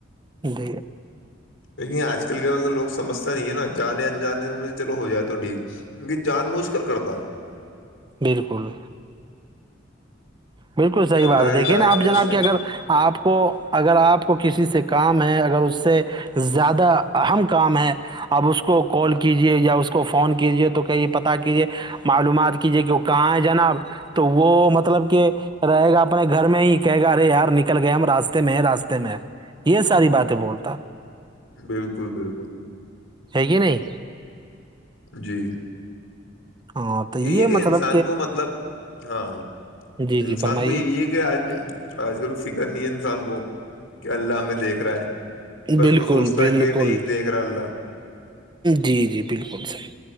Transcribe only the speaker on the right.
د
بالکل بالکل صحیح
بات ہے دیکھیے
نا آپ
جناب
کہ اگر آپ کو اگر آپ کو کسی سے کام ہے اگر اس سے زیادہ اہم کام ہے اپ اس کو کال کیجیے یا اس کو فون کیجیے تو کئی پتا کیجیے معلومات کیجیے کہ وہ کہاں ہے جناب تو وہ مطلب کہ رہے گا اپنے گھر میں ہی کہے گا ارے یار نکل گئے ہم راستے میں ہے راستے میں یہ
ساری بات بولتا
ہے گ نہیں
ہاں تو یہ
مطلب
جی
جی فرمائیے
بالکل
بالکل
جی جی بالکل صحیح